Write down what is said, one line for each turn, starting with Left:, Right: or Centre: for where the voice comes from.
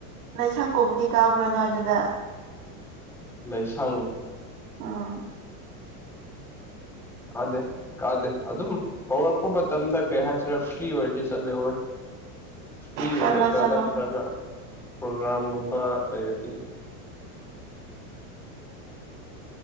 Right: ꯂꯥꯏꯁꯪꯒꯨꯝꯝꯗꯤ ꯀꯥꯕ꯭ꯔꯥꯅꯣ ꯑꯗꯨꯗ
Centre: ꯂꯩ ꯁꯉ
Right: ꯑꯥ
Centre: ꯀꯥꯗꯦ ꯀꯥꯗꯦ ꯑꯗꯨꯝ ꯀꯧꯔꯛꯄ ꯃꯇꯝꯗ ꯀꯩ ꯍꯥꯏꯁꯤꯔꯥ ꯐ꯭ꯔꯤ ꯑꯣꯏꯔꯗꯤ ꯆꯠꯂꯦ ꯍꯣꯏ <inaudible> ꯐ꯭ꯔꯤ
Right: ꯆꯠꯂꯣ
Centre: ꯑꯣꯏꯔꯒ
Right: ꯆꯠꯂꯣ
Centre: ꯅꯠꯇ꯭ꯔꯒ ꯄ꯭ꯔꯣꯒ꯭ꯔꯥꯝꯒꯨꯝꯕ ꯂꯩꯔꯗꯤ